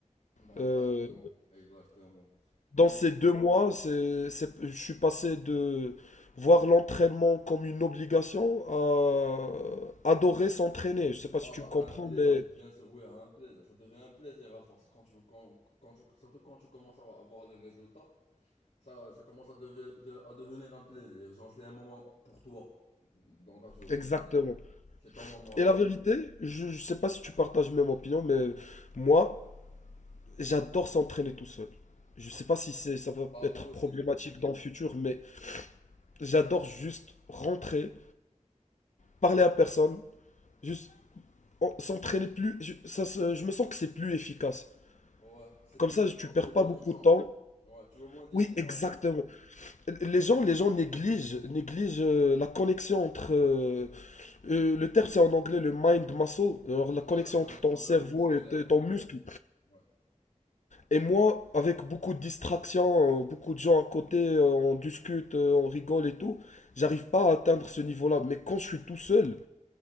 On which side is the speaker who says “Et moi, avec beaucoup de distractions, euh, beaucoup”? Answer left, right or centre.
Left